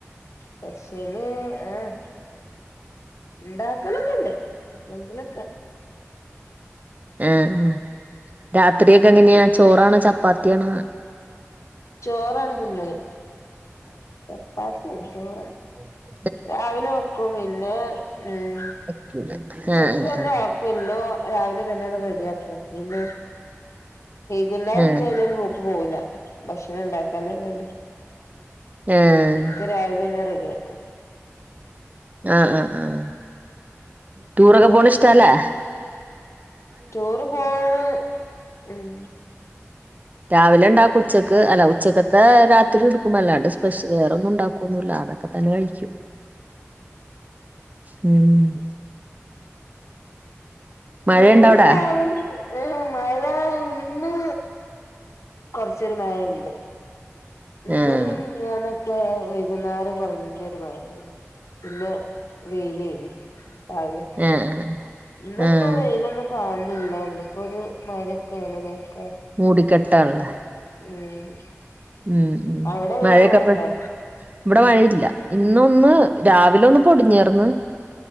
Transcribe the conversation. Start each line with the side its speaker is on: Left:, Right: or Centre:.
Left: പെഷ്യല് ഏഹ് ഇണ്ട ക്കലക്കണ്ട് എന്തെലൊക്കെ.
Right: ഏഹ് രാത്രി ഒക്കെ എങ്ങനെയാ ചോറാണോ ചപ്പാത്തിയാണോ?
Left: ചോറാണ് തിന്നത് ചപ്പാത്തിയല്ല ചോറ്
Right: ഉ <unintelligible>
Left: രാവിലെ വെക്കും പിന്നെ ഉം
Right: പറ്റൂല
Left: ചക്ക്
Right: ആഹ്
Left: തന്നെ
Right: ആഹ്
Left: ആക്കുമല്ലോ രാവിലെ തന്നെയണ് റെഡി ആ അ പിന്നെ കുന്നൽ
Right: ആഹ്
Left: പിന്നെലരു പോക്ക് പോവില്ല. ഭക്ഷണം ഉണ്ടാക്കൻന്നണ്ട്
Right: ആഹ്
Left: ഒക്കെ രാവിലെ തന്നെ റ ഡിയാക്കും.
Right: ആഹ് ആഹ് ആഹ് ടൂറൊക്കെ
Left: നിങ്ങളെങ്ങനെ
Right: പോണ് ഇഷ്ടല്ലേ?
Left: ടൂറ് പോവൻ ഉം.
Right: രാവിലെ ഉണ്ടാക്കും ഉച്ചക്ക് അല്ല ഉച്ചക്കത്തെ രാത്രി എടുക്കുമ്പോ അല്ലാണ്ട് സ്പെഷ്യൽ വേറ ഒന്നും ഉണ്ടാക്കും ഒന്നുല്ല. അതൊക്കെ തന്നെ കഴിക്കു. ഉം. മഴയുണ്ടോ
Left: റ്റൂറ്
Right: അവിടെ
Left: പോന്നത് ഏ മഴ ഇന്ന് കൊറച്ചൊര് മഴുയുണ്ട് ഇന്നലേം
Right: ആഹ്
Left: ഇങ്ങൊട്ട് പ്പൊ വെകുന്നേരം വല്ല്യൊരു മഴണ്ടാർന്ന് പിന്നെ വെയിലേനി രാവിലെയൊക്കെ
Right: ആഹ ആഹ്
Left: ഇന്നിപ്പോ
Right: ആഹ്
Left: വെയിലൊന്നും കാണുന്നില്ല ഇിന്നിപ്പോ ഒരു മഴക്കോളും പോലെ
Right: മൂടിക്കെട്ടാണല്ലെ
Left: ഉം
Right: ഉം ഉം
Left: അവിടെ എങ്ങനെ
Right: മഴയൊക്കെ
Left: മഴണ്ടോ
Right: പ്പെ ഇവിടെ മഴയില്ല ഇന്നൊന്ന് രാവിലെയൊന്ന് പൊടിഞ്ഞാർന്ന്